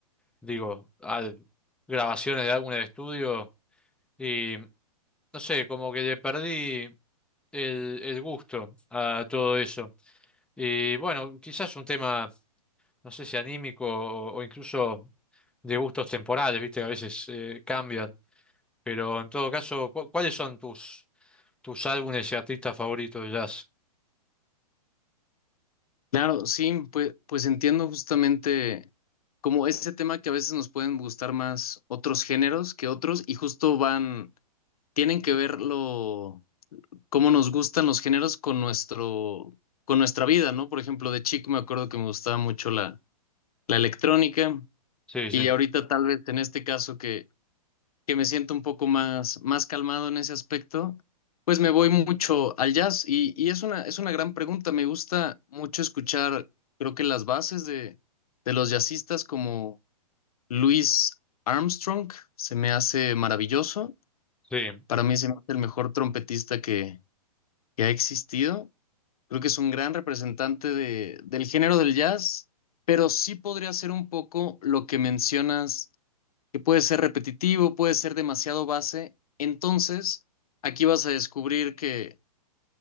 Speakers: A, in the centre; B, on the left.
A: digo, a grabaciones de álbumes de estudio y no sé, como que le perdí el, el gusto a todo eso. Y bueno, quizás un tema, no sé si anímico o, o incluso de gustos temporales, viste que a veces eh, cambian, pero en todo caso, ¿cu- ¿cuáles son tus, tus álbumes y artistas favoritos de jazz?
B: Claro, sí, pues, pues entiendo justamente como ese tema que a veces nos pueden gustar más otros géneros que otros y justo van, tienen que ver lo, cómo nos gustan los géneros con nuestro, con nuestra vida, ¿no? Por ejemplo, de chico me acuerdo que me gustaba mucho la, la electrónica
A: Sí,
B: y
A: sí,
B: ahorita tal vez en este caso que me siento un poco más, más calmado en ese aspecto, pues me voy mucho al jazz y, y es una, es una gran pregunta. Me gusta mucho escuchar, creo que las bases de, de los jazzistas como Louis Armstrong se me hace maravilloso.
A: sí,
B: Para mí se me hace el mejor trompetista que, que ha existido. Creo que es un gran representante de, del género del jazz, pero sí podría ser un poco lo que mencionas que puede ser repetitivo, puede ser demasiado base. Entonces, aquí vas a descubrir que,